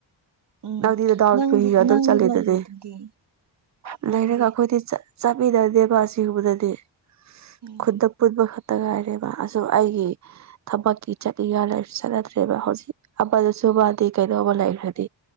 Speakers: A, on the right; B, on the right.
A: ꯎꯝ
B: ꯅꯪꯗꯤꯗ ꯗꯥꯎ
A: ꯅꯪꯗꯤ
B: ꯄꯨꯏꯒ ꯑꯗꯨꯝ
A: ꯅꯪꯗꯤ
B: ꯆꯠꯂꯤꯗꯨꯗꯤ
A: ꯂꯩꯔꯤꯗꯨꯗꯤ ꯅꯪꯗꯤ
B: ꯂꯩꯔꯒ ꯑꯩꯈꯣꯏꯗ ꯆꯠ ꯆꯥꯄꯤꯗꯗꯦꯕꯥ ꯁꯤꯒꯨꯝꯕꯗꯗꯤ
A: ꯎꯝ
B: ꯈꯨꯠꯇ ꯄꯨꯟꯕ ꯈꯛꯇ ꯉꯥꯏꯔꯦꯕ ꯑ ꯑꯩꯒꯤ ꯊꯕꯛꯀꯤ꯫ ꯆꯠꯅꯤꯡꯒ ꯂꯩꯥꯔꯁꯨ ꯆꯠꯅꯗ꯭ꯔꯦꯕ ꯍꯧꯖꯤꯛ ꯑꯃꯗꯁꯨꯨꯕꯗꯤ ꯀꯩꯗꯧꯕ ꯂꯩꯈ꯭ꯔꯗꯤ꯫